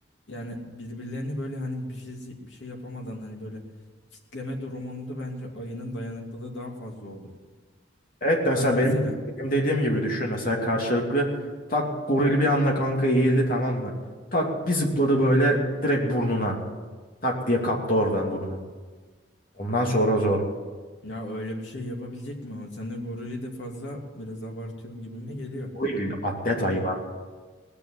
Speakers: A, on the left (about 70°); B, on the left (about 45°).
A: yani birbirlerini böyle hani bir şey bir şey yapamadan hani böyle kitleme durumunda bence ayının dayanıklılığı daha fazla olur.
B: Evet de mesela
A: Hani mesela
B: benim, benim dediğim gibi düşün mesela karşılıklı tak goril bir anda kanka eğildi tamam mı? Tak bir zıpladı böyle direkt burnuna. Tak diye kaptı oradan burnu. Ondan sonra zor.
A: Ya öyle bir şey yapabilecek mi? o? Sen de gorili de fazla biraz abartıyorsun gibime geliyor.
B: Goril atlet hayvan.